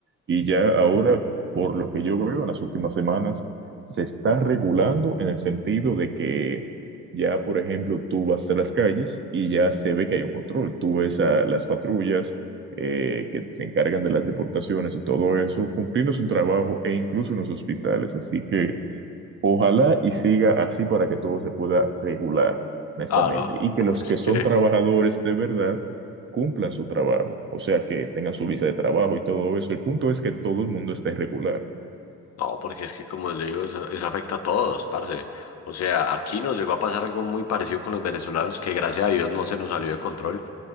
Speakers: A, on the right; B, on the left.
A: Y ya ahora, por lo que yo veo en las últimas semanas, se está regulando en el sentido de que ya, por ejemplo, tú vas a las calles y ya se ve que hay un control. Tú ves a las patrullas eh, que se encargan de las deportaciones y todo eso, cumpliendo su trabajo e incluso en los hospitales. Así que ojalá y siga así para que todo se pueda regular, honestamente,
B: claro.
A: y que
B: porque
A: los
B: Es
A: que
B: que,
A: son trabajadores de verdad cumplan su trabajo, o sea, que tengan su visa de trabajo y todo eso. El punto es que todo el mundo esté regular.
B: no, porque es que como le digo, eso, eso afecta a todos, parce. O sea, aquí nos llegó a pasar algo muy parecido con los venezolanos que gracias a Dios no se nos salió de control.